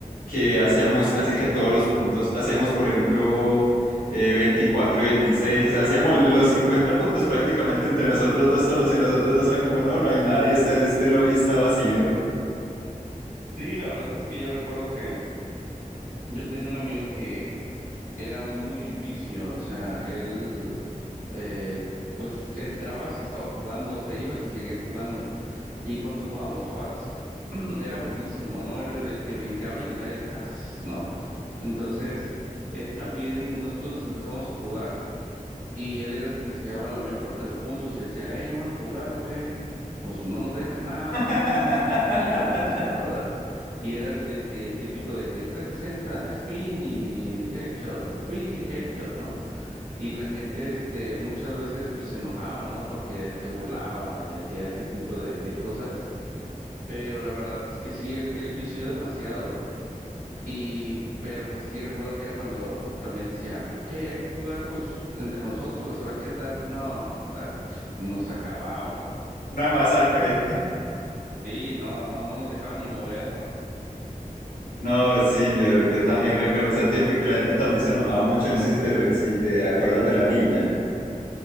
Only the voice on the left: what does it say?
que hacíamos casi que todos los puntos. Hacíamos, por ejemplo, eh, 24 y veintiséis o sea, hacíamos lo- los 50 puntos prácticamente entre nosotros dos solos y los otros dos eran como, no, no hay nadie, este, este lobby está vacío.
<laughs>
Una masacre.
No, sí, yo, yo también recuerdo ese tiempo y que la gente también se enojaba mucho. No sé si te, re- si te acuerdas de la ninja.